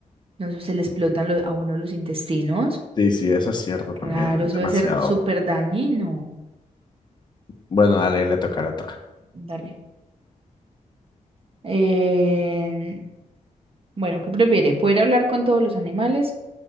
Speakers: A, on the right (about 45°); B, on the left (about 35°).
A: No sé, se le explotan los- a uno los intestinos.
B: Sí, sí, eso es cierto
A: Claro,
B: también, es
A: eso
B: demasiado.
A: debe ser súper dañino.
B: Bueno, dale, le toca, le toca.
A: Dale. Eh, bueno, ¿qué prefiere? ¿Poder hablar con todos los animales